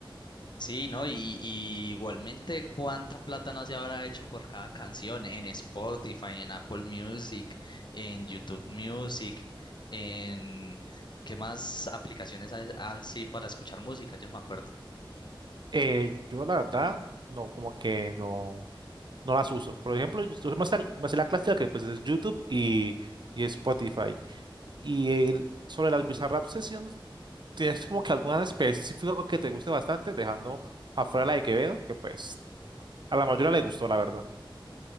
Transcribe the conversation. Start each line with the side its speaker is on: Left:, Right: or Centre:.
Left: Sí, ¿no? Y, y igualmente, ¿cuánta plata no se habrá hecho por cada canción en Spotify, en Apple Music, en YouTube Music, en qué más aplicaciones hay así para escuchar música? Yo no me acuerdo.
Right: Eh, yo la verdad, no, como que no, no las uso. Por ejemplo, yo me sé me sé la clásica que pues es YouTube y, y Spotify. Y el- sobre las Bizarrap Sessions, ¿tienes como que alguna en específico que te guste bastante, dejando afuera la de Quevedo, que pues a la mayoría le gustó, la verdad?